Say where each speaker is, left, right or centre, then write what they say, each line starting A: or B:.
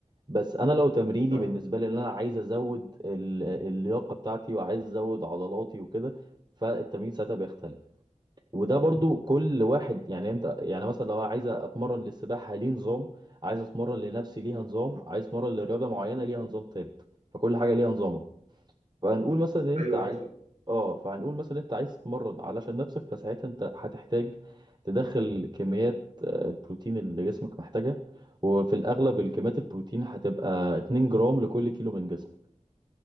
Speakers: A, on the right; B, on the right.
A: بس انا لو تمريني
B: صح
A: بالنسبة لي ان انا عايز ازود ال- اللياقة بتاعتي وعايز ازود عضلاتي وكده فالتمرين ساعتها بيختلف وده برضو كل واحد يعني انت يعني مثلا لو عايز اتمرن للسباحه ليه نظام عايز اتمرن لنفسي ليها نظام عايز اتمرن لرياضه معينه ليها نظام تالت فكل حاجه ليها نظامها فهنقول مثلا ان انت
B: ايوه
A: عايز
B: ايوه صح
A: اه فهنقول مثلا انت عايز تتمرن علشان نفسك فساعتها انت هتحتاج تدخل كميات آه، البروتين اللي جسمك محتاجها وفي الاغلب الكميات البروتين هتبقى 2 جرام لكل كيلو من جسمك